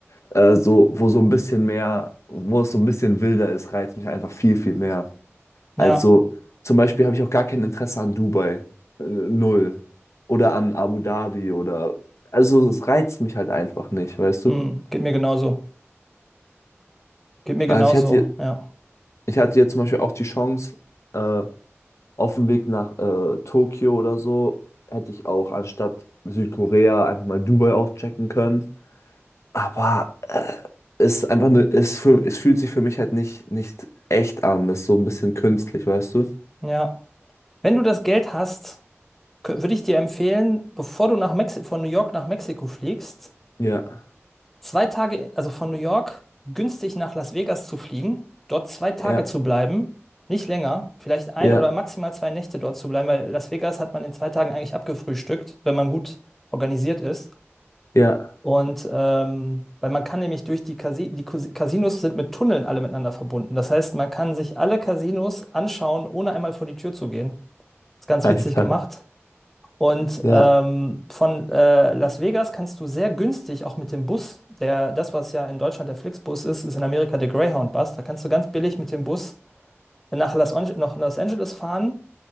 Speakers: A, on the left; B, in the centre.
A: äh, so, wo so ein bisschen mehr, wo es so ein bisschen wilder ist, reizt mich einfach viel, viel mehr.
B: Ja,
A: Also zum Beispiel habe ich auch gar kein Interesse an Dubai. Äh, Null. Oder an Abu Dhabi oder. Also es reizt mich halt einfach nicht, weißt
B: mhm.
A: du?
B: Geht mir genauso. Geht mir genauso.
A: Also ich hatte,
B: Ja,
A: ich hatte jetzt zum Beispiel auch die Chance, äh, auf dem Weg nach äh, Tokio oder so, hätte ich auch anstatt Südkorea einfach mal Dubai auschecken können. Aber äh, es ist einfach nur, es, fühl- es fühlt sich für mich halt nicht, nicht echt an. Das ist so ein bisschen künstlich, weißt du?
B: ja. Wenn du das Geld hast, kö- würde ich dir empfehlen, bevor du nach Mexi von New York nach Mexiko fliegst,
A: Ja,
B: zwei Tage, also von New York günstig nach Las Vegas zu fliegen, dort zwei Tage
A: ja,
B: zu bleiben, nicht länger, vielleicht eine
A: ja,
B: oder maximal zwei Nächte dort zu bleiben, weil Las Vegas hat man in zwei Tagen eigentlich abgefrühstückt, wenn man gut organisiert ist.
A: ja.
B: Und ähm, weil man kann nämlich durch die Casi die Casi- Casinos sind mit Tunneln alle miteinander verbunden. Das heißt, man kann sich alle Casinos anschauen, ohne einmal vor die Tür zu gehen. Ist ganz
A: <laughs> Alter.
B: witzig gemacht. Und
A: Ja.
B: ähm, von äh, Las Vegas kannst du sehr günstig auch mit dem Bus, der, das, was ja in Deutschland der Flixbus ist, ist in Amerika der Greyhound-Bus. Da kannst du ganz billig mit dem Bus nach Los, Ange- nach Los Angeles fahren